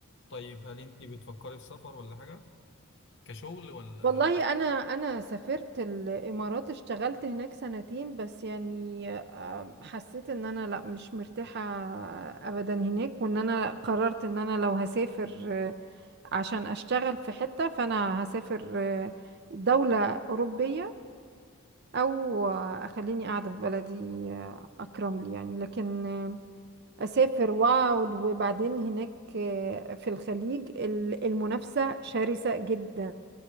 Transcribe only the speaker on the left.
طيب هل انت بتفكري في سفر ولا حاجه كشغل ولا